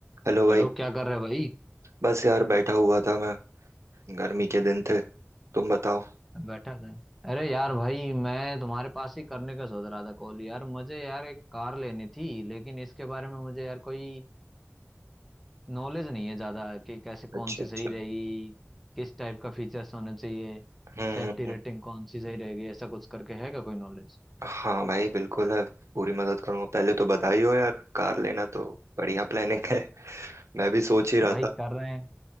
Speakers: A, on the right; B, in the centre.
A: हेलो भाई
B: Hello क्या कर रहे भाई
A: बस यार बैठा हुआ था मैं गर्मी के दिन थे तुम बताओ
B: बैठा था अरे यार भाई मैं तुम्हारे पास ही करने का सोच रहा था कॉल यार मुझे यार एक कार लेनी थी लेकिन इसके बारे में मुझे यार कोई नॉलेज नहीं है ज़्यादा कि कैसे
A: अच्छा
B: कौन सी
A: अच्छा
B: सही रहेगी
A: हम्म
B: किस टाइप का फीचर्स होने चाहिए
A: हम्म,
B: सेफ्टी
A: हम्म।
B: रेटिंग कौन सी सही रहेगी ऐसा कुछ करके है क्या कोई नॉलेज
A: हाँ भाई बिल्कुल है पूरी मदद करूंगा पहले तो बधाई हो यार कार लेना तो बढ़िया प्लानिंग है <laughs> मैं भी सोच ही रहा
B: भाई
A: था
B: कर रहे हैं